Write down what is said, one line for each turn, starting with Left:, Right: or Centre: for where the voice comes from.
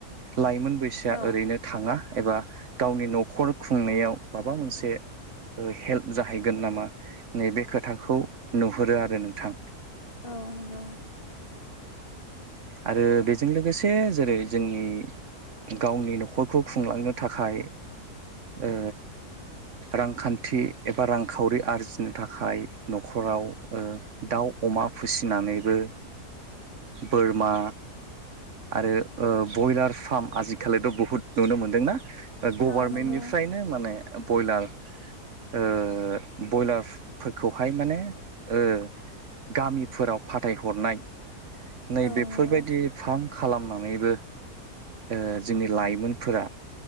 Right: लाइमोन बैसोआ
Left: औ
Right: ओरैनो थाङा एबा गावनि न'खर खुंनायाव म माबा मोनसे ओ हेल्प। जाहैगोन नामा नैबे खोथाखौ नुहुरो आरो नोंथां।
Left: औ नंगौ।
Right: आरो बेजों लोगोसे जेरै जोंनि गावनि न'खरखौ खुंलांनो थाखाय ओ रांखान्थि एबा रांखावरि आरजिनो थाखाय न'खराव दाउ अमा फिसिनानैबो ओ बोरमा आरो ओ ब्रयलार फार्म आजिखालिथ' बुहुत नुनो मोनदोंना? गभारनमेन्टनिफ्रायनो
Left: औ नंगौ
Right: माने बयलार ओ बयलारफोरखौहाय माने ओ गामिफोराव फाथायहरनाय नै
Left: औ
Right: बेफोरबायदि
Left: नंगौ
Right: फार्म खालामना नैबो ओ जोंनि लाइमोनफोरा